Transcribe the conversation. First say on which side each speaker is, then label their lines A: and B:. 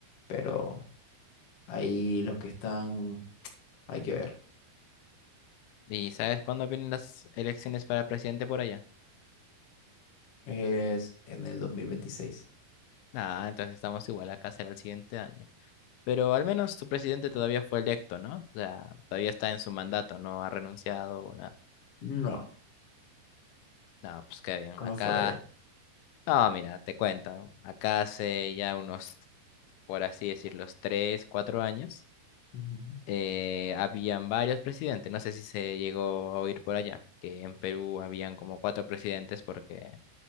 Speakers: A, on the left; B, on the left.
A: pero ahí los que están, hay que ver,
B: ¿Y sabes cuándo vienen las elecciones para presidente por allá?
A: es en el dos mil veintiséis
B: Ah, entonces estamos igual acá será el siguiente año. Pero al menos tu presidente todavía fue electo, ¿no? O sea, todavía está en su mandato, no ha renunciado o nada.
A: No,
B: No, pues qué bien.
A: como
B: Acá,
A: es por allá.
B: no, mira, te cuento. Acá hace ya unos, por así decirlo, tres, cuatro años,
A: Ujú.
B: eh, habían varios presidentes. No sé si se llegó a oír por allá, que en Perú habían como cuatro presidentes porque